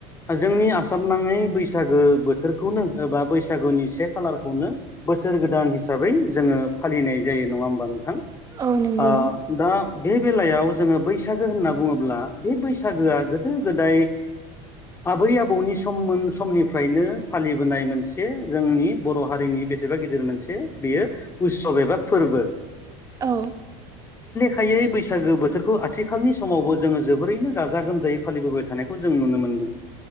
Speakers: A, on the left; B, on the right.
A: जोंनि आसाम नाङै बैसागो बोथोरखौनो ओ बा बैसागोनि से खालार खौनो बोसोर गोदान हिसाबै जोङो फालिनाय जायो नङा होमबा? थां
B: औ नंगौ
A: आ दा बे बेलायाव जोङो बैसागो होनना बुङोब्ला बे बैसागोआ गोदो गोदाय आबै आबौनि सममोन समनिफ्रायनो फालिबोनाय मोनसे जोंनि बर' हारिनि बेसेबा गिदिर मोनसे बेयो उस्सब एबा फोर्बो
B: औ
A: खायै बैसागो बोथोरखौ आथिखालनि समावबो जोङो जोबोरैनो गाजा गोमजायै फालिबोबाय थानायखौ जों नुनो मोनदों